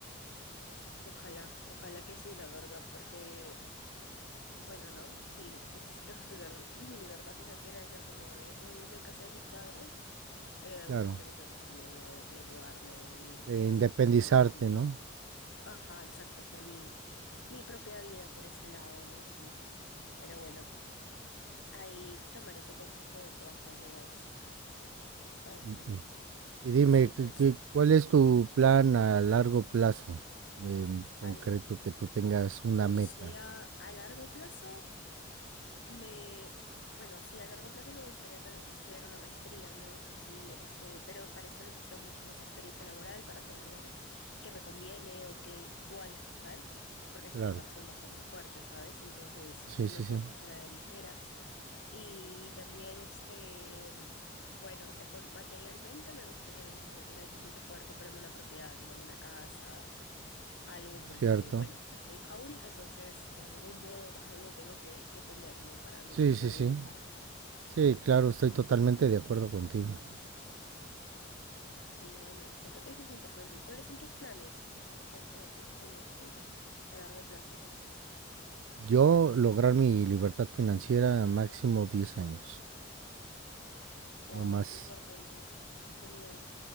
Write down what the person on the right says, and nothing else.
Claro,
de independizarte,
¿no?
Y- y- Y dime,
¿qué-
qué- cuál es tu plan a largo plazo? En concreto,
que tú tengas una
meta.
Claro.
Sí,
sí, sí.
Cierto.
Sí,
sí,
sí. Sí, claro, estoy totalmente de acuerdo contigo.
Yo lograr mi libertad financiera máximo 10 años,
no más.